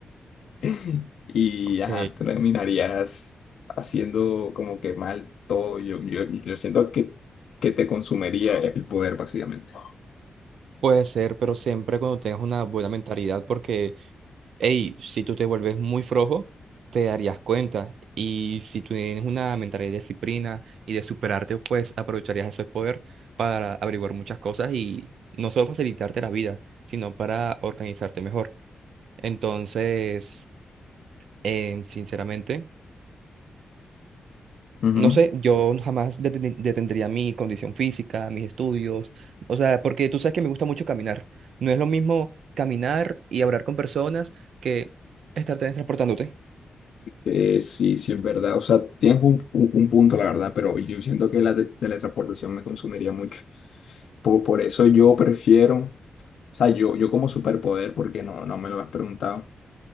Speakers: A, on the left (about 75°); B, on the right (about 85°).
A: <laughs> y
B: Ok,
A: ajá, terminarías haciendo como que mal todo. Yo, yo, yo siento que, que te consumiría el poder, básicamente.
B: puede ser, pero siempre cuando tengas una buena mentalidad, porque, hey, si tú te vuelves muy flojo, te darías cuenta. Y si tú tienes una mentalidad de disciplina y de superarte, pues aprovecharías ese poder para averiguar muchas cosas y no solo facilitarte la vida, sino para organizarte mejor. Entonces, em, sinceramente.
A: Ujú.
B: No sé, yo jamás deten- detendría mi condición física, mis estudios, o sea, porque tú sabes que me gusta mucho caminar. No es lo mismo caminar y hablar con personas que estar transportándote.
A: Eh, sí, sí, es verdad. O sea, tienes un, un- un punto, la verdad, pero yo siento que la te- teletransportación me consumiría mucho. Por, por eso yo prefiero, o sea, yo, yo como superpoder, porque no, no me lo has preguntado,